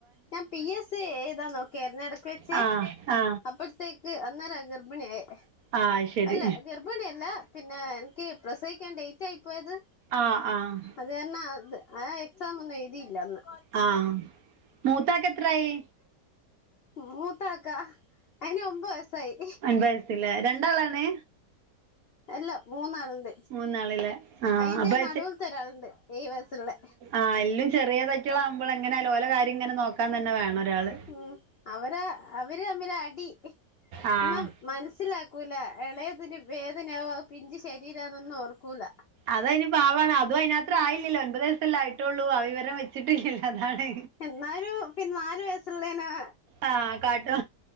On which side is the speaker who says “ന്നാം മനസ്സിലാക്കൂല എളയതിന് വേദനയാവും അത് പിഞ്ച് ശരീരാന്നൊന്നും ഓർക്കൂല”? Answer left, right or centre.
Left